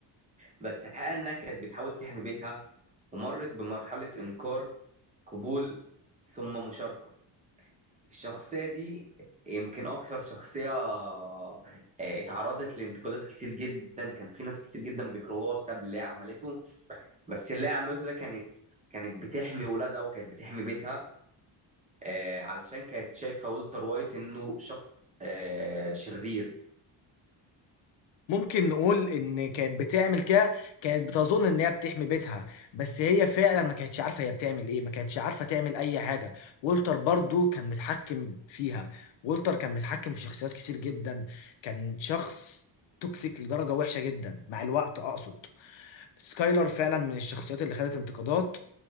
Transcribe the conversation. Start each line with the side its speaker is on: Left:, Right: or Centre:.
Right: بس الحقيقة انها كانت بتحاول تحمي بيتها ومرت بمرحلة إنكار قبول ثم مشاركة الشخصية دي يمكن أكثر شخصية آه، اتعرضت لانتقادات كتير جدا كان في ناس كتير جدا بيكرهوها بسبب اللي هي عملته بس اللي هي عملته ده كانت كانت بتحمي ولادها وكانت بتحمي بيتها آه، علشان كانت شايفة ولتر وايت إنه شخص آه، شرير
Left: ممكن نقول ان كانت بتعمل كده كانت بتظن ان هي بتحمي بيتها بس هي فعلا ما كانتش عارفه هي بتعمل ايه ما كانتش عارفه تعمل اي حاجه وولتر برضو كان متحكم فيها وولتر كان متحكم في شخصيات كتير جدا كان شخص توكسيك لدرجه وحشه جدا مع الوقت اقصد سكايلر فعلا من الشخصيات اللي خدت انتقادات